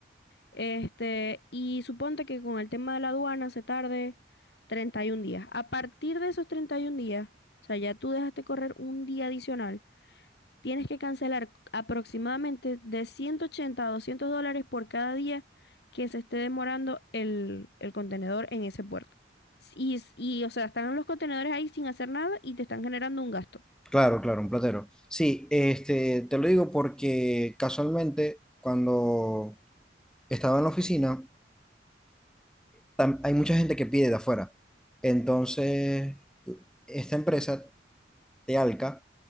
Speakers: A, on the left; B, in the centre.
A: Este, y suponte que con el tema de la aduana se tarde 31 días. A partir de esos 31 días, o sea, ya tú dejaste correr un día adicional. Tienes que cancelar aproximadamente de 180 a 200 dólares por cada día que se esté demorando el, el contenedor en ese puerto. Y, es- y, o sea, están los contenedores ahí sin hacer nada y te están generando un gasto.
B: Claro, claro, un platero. Sí, este, te lo digo porque casualmente cuando estaba en la oficina, tam- hay mucha gente que pide de afuera. Entonces, esta empresa, Tealca,